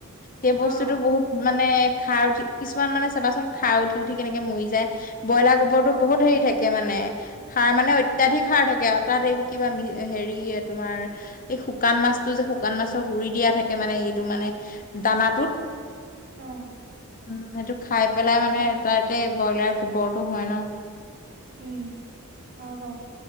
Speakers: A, on the left (about 40°); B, on the right (about 45°).
A: সেই বস্তুটো
B: অ
A: বহুত মানে সাৰ উঠি কিছুমান মানে চাবাচোন সাৰ উঠি-উঠি কেনেকে মৰি যায়। ব্ৰইলাৰ গোবৰটো
B: অ
A: বহুত হেৰি থাকে মানে সাৰ মানে অত্যাধিক সাৰ থাকে আৰু তাত এইবোৰ কিবা মি হেৰি তোমাৰ এই শুকান মাছটো যে শুকান মাছৰ গুৰি দিয়া থাকে মানে সেইটো মানে দানাটোত
B: অ
A: উম সেইটো খাই পেলাই মানে
B: হয় বাৰু
A: তাতে ব্ৰইলাৰ গোবৰটো হয় ন'
B: উম হয় বাৰু